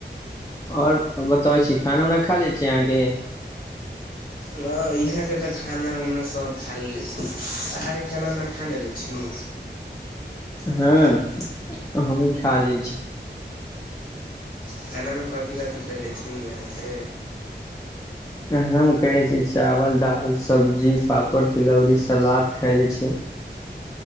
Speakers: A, on the left (about 20°); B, on the left (about 50°).
A: आओर बतबै छी खाना उना खा ली चियागे
B: हाँ, यहाँ के तऽ खाना उना सभ खा लेे छी, अहाँके खाना उना खा लेे छी।
A: हाँ हमी खा लेल छी।
B: खाना मे क कथी-कथी खेलै छी अहाँ के।
A: हम खाय छी चावल, दाल, सब्जी, पापड़, तिलौरी, सलाद खायलै छी।